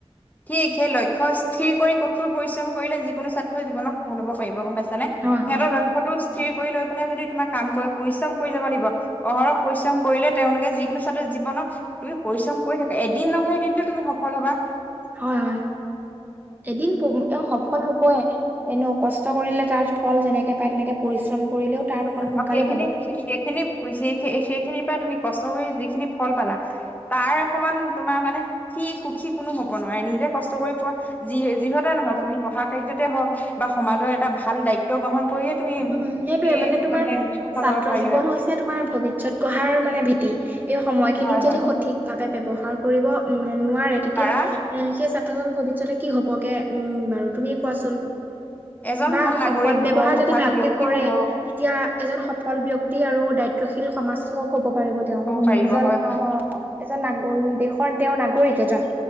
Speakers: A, on the left; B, on the right.
A: ঠিক সেই লক্ষ্য স্থিৰ কৰি কঠোৰ পৰিশ্ৰম কৰিলে যিকোনো ছাত্ৰই জীৱনত সফল হ'ব পাৰিব গম পাইছানে।
B: হয়
A: সিহঁতৰ
B: হয়
A: লক্ষ্যটো স্থিৰ কৰি লৈ পেলাই যদি তোমাৰ কাম কৰিব পৰিশ্ৰম কৰি যাব লাগিব অহৰহ পৰিশ্ৰম কৰিলে তেওঁলোকে যিকোনো ছাত্ৰই জীৱনত তুমি পৰিশ্ৰম কৰি থাকা এদিন নহয় এদিনটো তুমি সফল হ'বা।
B: হয় হয় এদিন প অ সফল হ'বই। এনেও কষ্ট কৰিলে তাৰ ফল যেনেকে পায় তেনেকে পৰিশ্ৰম কৰিলেও
A: আৰু
B: তাৰ ফল সোনকালে
A: সেইখিনি
B: পাবা।
A: সেইখিনি সেই সেইখিনিৰ পৰা তুমি কষ্ট কৰি যিখিনি ফল পালা তাৰ সমান তোমাৰ মানে সুখী সুখী কোনো হ'ব নোৱাৰে নিজে কষ্ট কৰি পোৱা যি যিহতে নহওঁক তুমি পঢ়া কাৰ্যতে হওঁক বা সমাজৰ এটা ভাল দায়িত্ব বহন কৰিয়ে তুমি
B: উম, সেইটোয়ে
A: তুমি
B: মানে তোমাৰ
A: সফল
B: ছাত্ৰ
A: হ'ব পাৰিবা
B: জীৱন তোমাৰ ভৱিষ্যত গঢ়াৰ মানে ভেটি এই সময়খিনিক
A: হয়
B: যদি
A: হয়
B: সঠিক ভাৱে ব্যৱহাৰ কৰিব নোৱাৰে তেতিয়া
A: পাৰা
B: এ সেই ছাত্ৰজন ভৱিষ্যতে কি হ'বগে উম বাৰু তুমি কোৱাচোন
A: এজন
B: বা
A: ভাল নাগৰিক
B: সদব্যৱহাৰ
A: হব সফল
B: যদি যদি ভালকে
A: ব্যক্তি
B: কৰে
A: হব
B: তেতিয়া এজন সফল ব্যক্তি আৰু দায়িত্বশীল সমাজসেৱক হ'ব পাৰিব। তেওঁ,
A: হব পাৰিব
B: এজন
A: হয় হয়
B: অহ এজন নাগ উ দেশৰ তেওঁৰ নাগৰিক এজন,